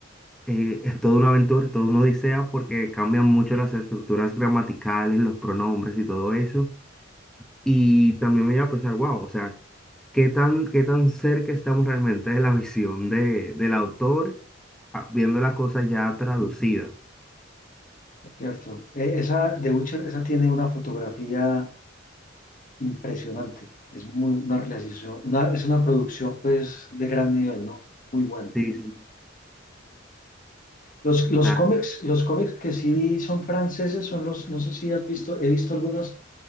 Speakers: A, in the centre; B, on the left.
A: eh, es toda una aventura, es toda una odisea porque cambian mucho las estructuras gramaticales, los pronombres y todo eso. Y también me iba a pensar, wow, o sea, ¿qué tan, qué tan cerca estamos realmente de la visión de, del autor ah, viendo la cosa ya traducida?
B: Cierto. Eh, esa, de Witcher, esa tiene una fotografía impresionante. Es muy una realización, una- es una producción pues de gran nivel, ¿no? Muy bueno.
A: Sí, sí,
B: Los,
A: 100%.
B: los cómics, los cómics que sí son franceses son los, no sé si has visto, he visto algunas